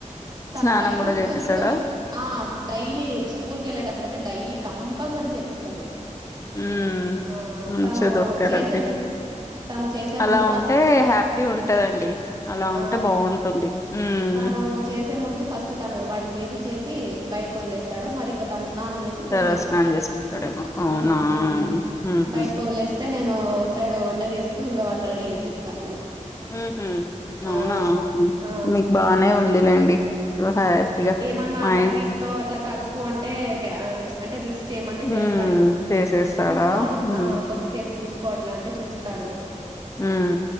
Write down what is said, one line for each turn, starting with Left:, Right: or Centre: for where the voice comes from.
Right: తను
Left: స్నానం
Right: టైమ్
Left: గూడా చేపిస్తాడా
Right: కుదురుకొని ఆ డైలీ స్కూల్ కి వెళ్ళేటప్పుడు అయితే డైలీ కంపల్సరీ చేపిస్తాడు
Left: హ్మ్
Right: ఆ
Left: మంచిగా
Right: తను
Left: దొరికారండి
Right: చేసేము తను చేసే
Left: అలా
Right: ముందు ఫస్ట్
Left: ఉంటే హ్యాపీ ఉంటదండి అలా
Right: ఆ
Left: ఉంటే బాగుంటుంది ఉమ్
Right: తను చేసే ముందు ఫస్ట్ తను వాడికి చేపిచ్చేసి బయటకు వదిలేస్తాడు మరి ఇంకా తను స్నానం చేసి పూజ
Left: తర
Right: చేసేస్తాడు
Left: స్నానం చేసుకుంటాడేమో అవునా
Right: ఉమ్ ఉమ్
Left: ఉహు
Right: బయటకు వదిలేస్తే నేను ఒకసైడ్ వంట చేస్తా చేస్తూ వాణ్ని రెడీ చేసేస్తాను
Left: హ్మ్ హు అవునా
Right: ఆ ఆ
Left: నీకు బానే ఉందిలేండి హ్యాపీగా
Right: ఏమన్నా
Left: మా
Right: కర్రీస్
Left: ఇం
Right: లో అట్లా కలుపు అంటే గ అంటే మిక్స్ చేయమంటే చేస్తాడు
Left: ఉమ్ చేసేస్తాడా
Right: చూసుకో అంట్
Left: ఉమ్
Right: ఆ కొద్దిసేపు చూస్కో చూస్కో అట్లా అంటే చూస్తాడు
Left: ఉమ్